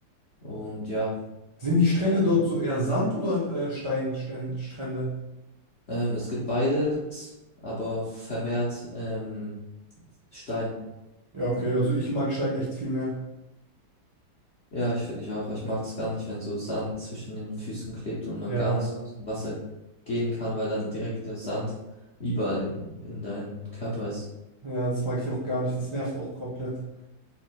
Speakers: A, on the left (about 50°); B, on the right (about 40°).
A: Und ja,
B: Sind die Strände
A: ähm,
B: dort so eher Sand oder äh, Steinstrände?
A: Ähm, es gibt beides, aber vermehrt ähm, Stein.
B: Ja, okay, also ich mag Stein echt viel mehr.
A: Ja, ich finde ich auch. Ich mag es gar nicht, wenn so Sand zwischen den Füßen klebt und man
B: Ja,
A: gar nicht so aus dem Wasser gehen kann, weil dann direkt wieder Sand überall in, in deinen Körper ist.
B: ja, das mag ich auch gar nicht. Das nervt auch komplett.